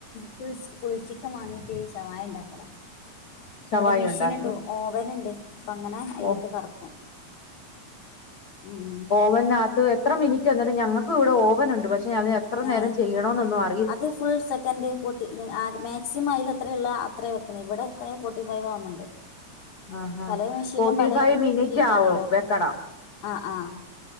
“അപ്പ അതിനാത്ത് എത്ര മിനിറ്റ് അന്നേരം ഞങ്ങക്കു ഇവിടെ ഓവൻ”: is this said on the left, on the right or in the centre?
Left